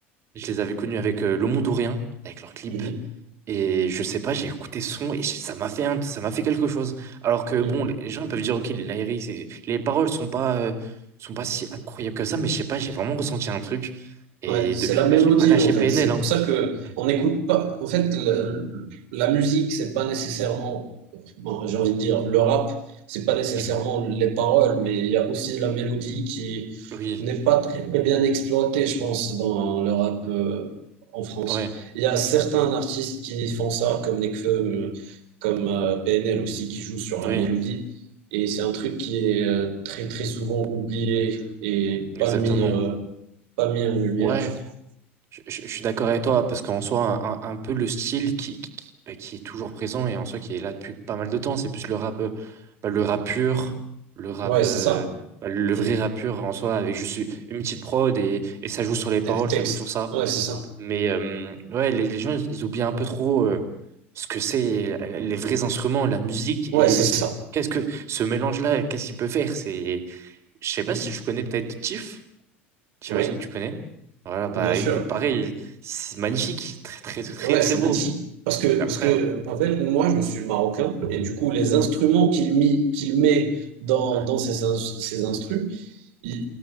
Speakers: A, on the right (about 45°); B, on the right (about 65°).
A: je les avais connus avec euh, Le Mondorien, avec leur clip.
B: Mhm.
A: Et je sais pas, j'ai écouté ce son et j- ça m'a fait un- ça m'a fait quelque chose. Alors que
B: Hmm.
A: bon, les gens peuvent dire ok, les lyrics, c'est- les paroles sont pas euh, sont pas si incroyables que ça, mais je sais pas, j'ai vraiment ressenti un truc. Et
B: Ouais, c'est
A: depuis,
B: la
A: bah,
B: mélodie
A: j'ai pas lâché
B: en fait.
A: PNL,
B: C'est
A: hein.
B: pour ça que
A: Mm,
B: on n'écoute pas. En fait, le- la musique, c'est pas nécessairement. Bon, j'ai envie de dire, le rap, c'est pas nécessairement
A: mm.
B: les paroles, mais il y a aussi la mélodie qui
A: Oui,
B: n'est pas très, très bien exploitée, je pense, dans le rap euh, en France.
A: ouais,
B: Il y a certains artistes qui font ça, comme Nekfeu, euh,
A: mm,
B: comme euh, PNL aussi, qui jouent sur la
A: oui,
B: mélodie. Et c'est un truc qui est euh, très très souvent oublié et
A: exactement.
B: pas mis euh, pas mis en lumière,
A: Ouais,
B: je crois.
A: Je, je- je suis d'accord avec toi, parce qu'en soi, un, un- un peu le style qui, qui, qui bah, qui est toujours présent et en soi qui est là depuis pas mal de temps, c'est plus le rap, euh, bah, le rap pur, le rap,
B: Ouais,
A: euh,
B: c'est ça.
A: bah, le vrai
B: Mm.
A: rap pur en soi, avec juste une petite prod et, et ça joue sur les paroles,
B: Et des textes.
A: ça joue sur ça.
B: Ouais, c'est ça.
A: Mais euh, ouais, les, les gens, ils, ils oublient un peu trop euh, ce que c'est, la- la- les vrais instruments, la musique
B: Ouais,
A: et
B: c'est
A: ce-
B: ça.
A: qu'est-ce que ce mélange-là, qu'est-ce qu'il peut faire? C'est, je sais
B: Mm.
A: pas si je connais peut-être Tiff. J'imagine
B: Ouais,
A: que tu connais. Voilà, bah
B: bien sûr.
A: écoute, pareil, c'est magnifique, très très très
B: Ouais,
A: très
B: c'est
A: beau.
B: magnifique. Parce que,
A: C'est
B: parce
A: incroyable.
B: que, en fait, moi, je suis marocain, et du coup, les instruments
A: Ouais,
B: qu'il mit, qu'il met dans,
A: ouais,
B: dans ces in- ses instrus, je,